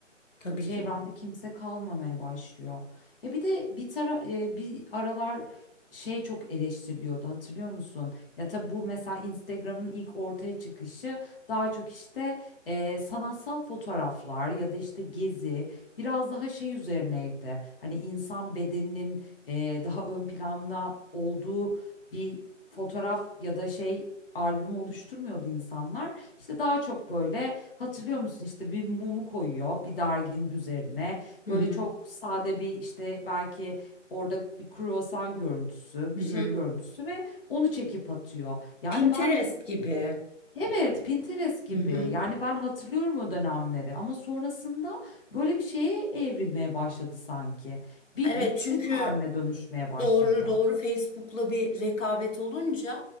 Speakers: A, on the left (about 80°); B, on the left (about 45°).
A: tabii
B: çevrende
A: ki de.
B: kimse kalmamaya başlıyor. Ya bir de bir tara e, bir aralar şey çok eleştiriliyordu hatırlıyor musun? Ya tabii bu mesela Instagram'ın ilk ortaya çıkışı daha çok işte e, sanatsal fotoğraflar ya da işte gezi biraz daha şey üzerineydi. Hani insan bedeninin e, daha ön planda olduğu bir fotoğraf ya da şey albümü oluşturmuyordu insanlar. İşte daha çok böyle Hatırlıyor musun işte bir mumu koyuyor bir derginin üzerine.
A: Hı
B: Böyle
A: hı.
B: çok sade bir işte belki orada bir kruvasan görüntüsü,
A: Hı
B: bir
A: hı.
B: şey görüntüsü ve onu çekip atıyor. Yani
A: Pinterest
B: ben
A: gibi.
B: evet Pinterest gibi
A: Hı hı.
B: yani ben hatırlıyorum o dönemleri ama sonrasında böyle bir şeye evrilmeye başladı sanki. Bir
A: Evet
B: vitrin
A: çünkü
B: haline dönüşmeye başladı.
A: Doğru doğru Facebook'la bir rekabet olunca